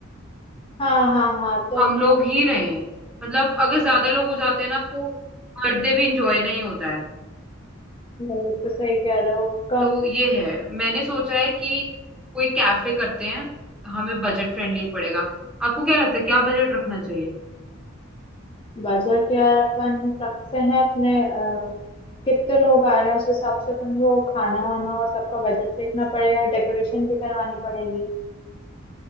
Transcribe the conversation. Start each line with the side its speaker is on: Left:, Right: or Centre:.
Left: हाँ हाँ हाँ तो
Centre: हम
Left: अपन
Centre: लोग ही रहे हैं मतलब अगर ज्यादा लोग हो जाते हैं ना तो बर्थडे भी इंजॉय नहीं होता है
Left: नहीं ये तो सही कह रहे हो कम
Centre: तो ये है मैंने सोचा है कि कोई कैफे करते हैं हमें बजट फ्रेंडली पड़ेगा आपको क्या लगता है क्या बजट रखना चाहिए
Left: बजट यार अपन रखते हैं अपने अ, कितने लोग आ रहे हैं उस हिसाब से अपन को खाना वाना और सबका बजट देखना पड़ेगा डेकोरेशन भी करवानी पड़ेगी